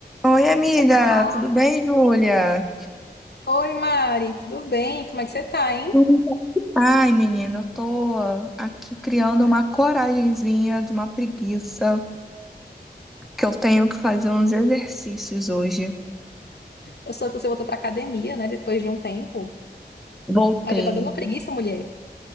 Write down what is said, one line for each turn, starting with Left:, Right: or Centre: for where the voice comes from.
Centre: Oi, amiga,
Left: Olá,
Centre: tudo bem, Júlia?
Left: oi Mari, tudo bem? Como é que você tá, hein?
Centre: Tudo. Ai, menina, eu tô aqui criando uma coragenzinha de uma preguiça, que eu tenho que fazer uns exercícios hoje.
Left: Eu soube que você voltou pra academia, né, depois de um tempo.
Centre: Voltei.
Left: Ah, já tá dando preguiça, mulher.